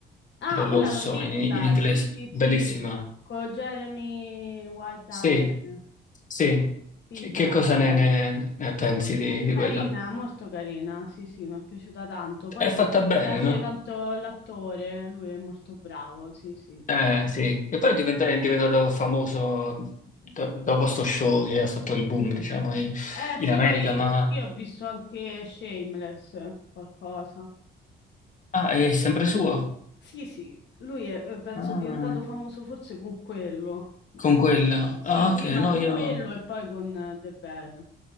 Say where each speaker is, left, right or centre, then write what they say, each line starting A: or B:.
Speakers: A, on the left; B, on the left.
A: Ah,
B: tipo l'orso
A: quella l'ho vista.
B: in, in inglese.
A: Sì, sì,
B: Bellissima.
A: sì. Con Jeremy White
B: Sì,
A: Allen.
B: sì.
A: Sì,
B: Che,
A: bella,
B: che cosa
A: bella.
B: ne, ne- ne pensi di, di
A: Carina,
B: quella?
A: molto carina. Sì, sì, mi è piaciuta tanto. Poi
B: È fatta
A: mi mi
B: bene,
A: piace
B: no?
A: tanto l'attore, lui è molto bravo. Sì, sì.
B: Eh sì, che poi è diventa- è diventato famoso do- dopo sto show che ha fatto il boom, diciamo, i-
A: Eh,
B: in
A: sì,
B: America,
A: poi
B: ma...
A: io ho visto anche Shameless, qualcosa.
B: Ah, è sempre suo?
A: Sì, sì, lui è, eh, penso,
B: Ah,
A: è diventato famoso forse con quello.
B: con quella...
A: Sì,
B: Ah,
A: prima
B: ok, no,
A: con
B: io...
A: quello e poi con eh, The Bear.